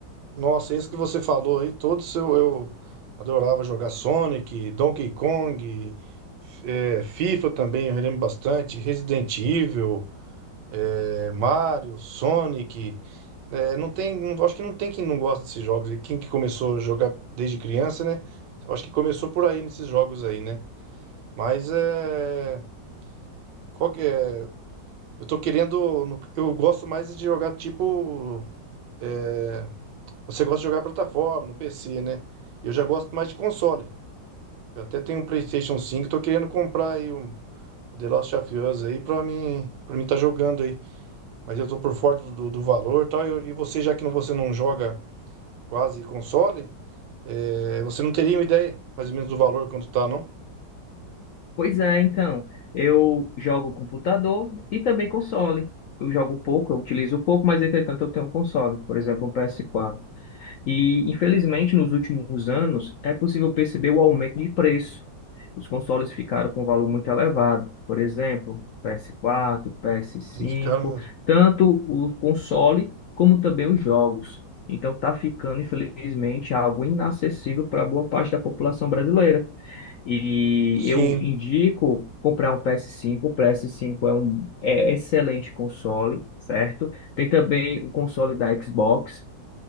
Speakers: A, on the right; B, on the left.
A: Nossa, isso que você falou aí, todos eu, eu adorava jogar Sonic, Donkey Kong, eh, FIFA também, eu lembro bastante, Resident Evil, eh, Mario, Sonic. eh, não tem, não- acho que não tem quem não gosta desses jogos. E quem que começou a jogar desde criança, né? Eu acho que começou por aí nesses jogos aí, né? Mas é, qual que é? Eu tô querendo, no- eu gosto mais de jogar tipo é, Você gosta de jogar plataforma, no PC, né? Eu já gosto mais de console. Eu até tenho um PlayStation 5, tô querendo comprar aí um o The Last of Us aí pra mim, para mim tá jogando aí. Mas eu tô por fora do, do, do valor e tal. E, eu- e você, já que não, você não joga quase console, é, você não teria uma ideia mais ou menos do valor quanto tá, não?
B: Pois é, então, eu jogo computador e também console. Eu jogo pouco, eu utilizo pouco, mas entretanto eu tenho um console, por exemplo, um PS4. E, infelizmente, nos últimos anos, é possível perceber o aumento de preço. Os consoles ficaram com um valor muito elevado. Por exemplo, PS4, PS5,
A: Tem que ficar, mas...
B: tanto o console como também os jogos. Então, está ficando, infelizmente, algo inacessível para boa parte da população brasileira. E
A: Sim,
B: eu indico comprar um PS5. O PS5 é um é excelente console, certo? Tem também o console da Xbox